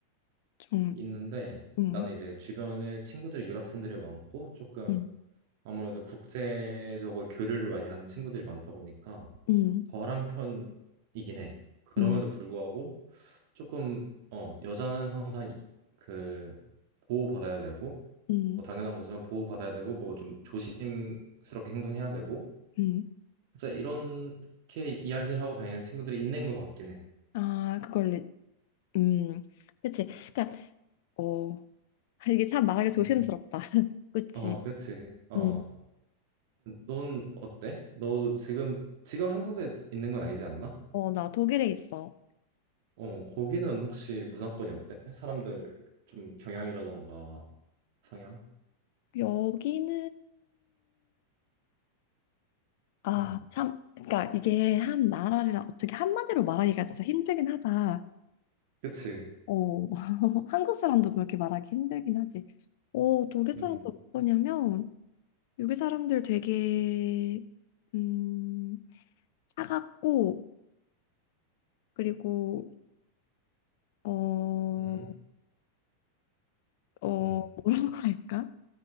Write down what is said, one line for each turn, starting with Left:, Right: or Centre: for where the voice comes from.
Left: 좀
Right: 있는데
Left: 음,
Right: 나는 이제 주변에 친구들 유학생들이 많고 조금
Left: 음,
Right: 아무래도 국제적으로 교류를 많이 하는 친구들이 많다 보니까
Left: 음.
Right: 덜한 편이긴 해. 그럼에도
Left: 음,
Right: 불구하고 조금 어 여자는 항상 이- 그 보호받아야 되고
Left: 음,
Right: 뭐 당연한 거지만 보호받아야 되고 뭐 좀 조심스럽게 행동해야 되고
Left: 음.
Right: 진짜 이렇게 이야기를 하고 다니는 친구들이 있는 것 같긴 해.
Left: 아, 그걸, 리- 음, 그치. 그니까, 어, 이게 참 말하기 조심스럽다.
Right: 음.
Left: <laughs> 그치.
Right: 어, 그치. 어,
Left: 음,
Right: 넌 어때? 너 지금 지금 한국에 있는 건 아니지 않나?
Left: 어, 나 독일에 있어.
Right: 어, 거기는 혹시 문화권이 어때? 사람들 좀 경향이라던가 성향?
Left: 여기는, 아,
Right: 음.
Left: 참, 그니까 이게 한 나라를 어떻게 한마디로 말하기가 진짜 힘들긴 하다.
Right: 그치?
Left: 어, <laughs> 한국 사람도 그렇게 말하기 힘들긴 하지. 어, 독일 사람도
Right: 음.
Left: 어떠냐면, 여기 사람들 되게, 음, 차갑고, 그리고 어, 어,
Right: 음.
Left: 뭐라고
Right: 음.
Left: 할까?